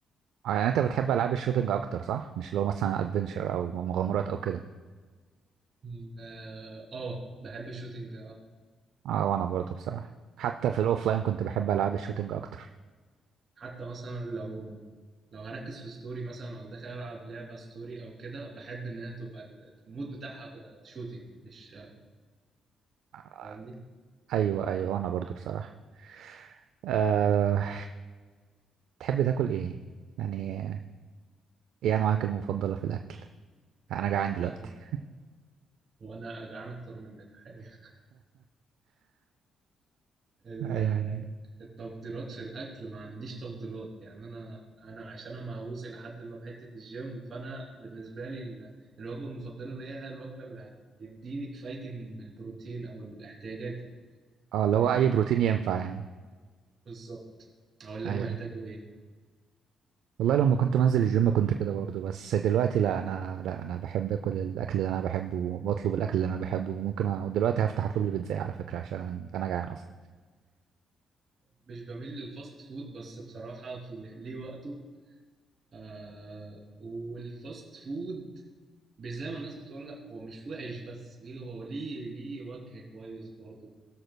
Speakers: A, on the right; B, on the right.
A: آه، يعني انت بتحب العاب الشوتينج اكتر صح مش لو مثلا ادفنشر او مغامرات او كده
B: ب- اه بحب الشوتينج
A: اه وانا برضو بصراحه حتى في الاوفلاين كنت بحب العاب الشوتينج اكتر
B: حتى مثلا لو لو هركز في ستوري مثلا او داخل العب لعبه ستوري او كده بحب انها تبقى ال- المود بتاعها شوتينج مش
A: آه،
B: فاهمني
A: ايوه ايوه وانا برضو بصراحه أه... تحب تاكل ايه يعني ايه انواعك المفضله في الاكل انا جعان دلوقتي
B: آه وانا جعان اكتر منك حقيقة ال-
A: يعني
B: التفضيلات في الاكل ما عنديش تفضيلات يعني انا انا عشان انا مهووس الى حد ما بحته الجيم فانا بالنسبه لي ال- الوجبه المفضله ليا هي الوجبه اللي هتديني كفايتي من البروتين او احتياجاتي
A: اه اللي
B: اللي
A: هو
B: هي
A: اي
B: هت-
A: بروتين ينفع يعني
B: بالظبط او اللي
A: ايوه
B: انا محتاجه ايه
A: والله لما كنت منزل الجيم كنت كده برضو بس دلوقتي لا انا لا انا بحب اكل الاكل اللي انا بحبه وبطلب الاكل اللي انا بحبه وممكن أ... ودلوقتي هفتح اطلب لي بيتزا على فكره عشان انا جعان اصلا
B: مش بميل للفاست فود بس بصراحة في ل- ليه وقته آه والفاست فود مش زي ما الناس بتقول لك هو مش وحش بس ليه هو ليه ليه وجه كويس برضه